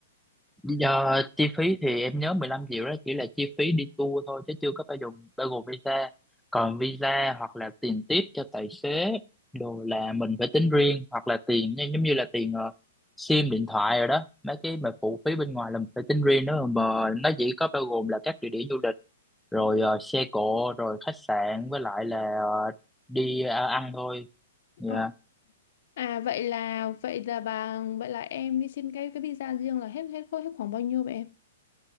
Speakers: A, in the centre; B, on the left (about 65°).
A: Giờ chi phí thì em nhớ 15 triệu đó chỉ là chi phí đi tour thôi chứ chưa có bao gồm bao gồm visa. Còn visa hoặc là tiền tiếp cho tài xế đồ là mình phải tính riêng hoặc là tiền như- giống như là tiền ờ, sim điện thoại rồi đó. Mấy cái mà phụ phí bên ngoài là mình phải tính riêng đó mà nó chỉ có bao gồm là các địa điểm du lịch rồi ờ, xe cộ rồi khách sạn với lại là ờ, đi ờ, ăn thôi. Dạ.
B: Ờ. À vậy là vậy là bà vậy là em đi xin cái cái visa riêng là hết hết hết khoảng bao nhiêu vậy em?